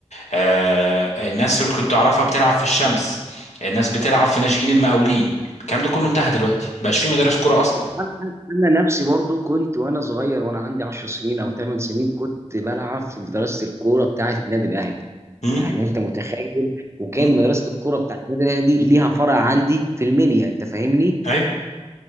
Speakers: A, on the left; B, on the right.
A: آه الناس اللي كنت أعرفها بتلعب في الشمس الناس بتلعب في ناشئين المقاولين الكلام ده كله انتهى دلوقتي مبقاش في مدارس كورة أصلا
B: انا أنا- أنا نفسي برضو كنت وانا صغير وانا عندي 10 سنين او 8 سنين كنت بلعب في مدرسه الكوره بتاعه النادي الاهلي
A: مم؟
B: يعني انت متخيل وكان
A: مم؟
B: مدرسه الكوره بتاعه النادي الاهلي دي ليها فرع عندي في المنيا انت فاهمني
A: ايوه